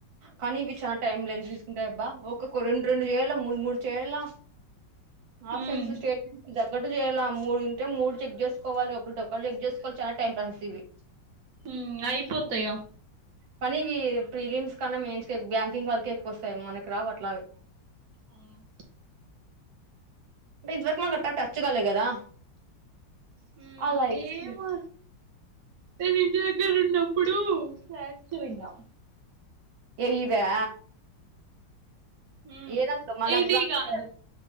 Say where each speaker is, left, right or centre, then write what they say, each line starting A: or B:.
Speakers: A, on the right; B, on the right.
A: కానీ ఇవి చాలా టైం లైన్త్ తీసుకుంటాయి అబ్బా ఒక్కొక్క రెండు రెండు చేయాల మూడు మూడు చేయాల ఆప్షన్స్
B: హ్మ్
A: స్టేట్మెంట్స్ ఒకట్టు చేయాల మూడుంటే మూడు చెక్ చేసుకోవాలి ఒకటి ఒక్క చెక్ చేసుకోవాలి చాలా టైం పాసేస్ ఇవి
B: ఉమ్ అయిపోతాయ
A: కానీ ఇవి ప్రీలియమ్స్ కన్నా మెయిన్స్కే బ్యాంకింగ్ వాళ్ళక ఎక్కువ వస్తాయి మనకి రావు అట్లావి
B: అవును
A: దింట్లోకి మనం ఇంకా టచ్ కాలేదు కదా
B: హ్మ్
A: అలా ఎక్స్
B: ఏమో నేను ఇంటి దగ్గర ఉన్నప్పుడు ఫచ్ విన్నాం
A: ఏ ఇవా
B: ఉమ్
A: ఏ దాంట్లో మనకు
B: ఇది
A: దాంట్లో
B: కాదు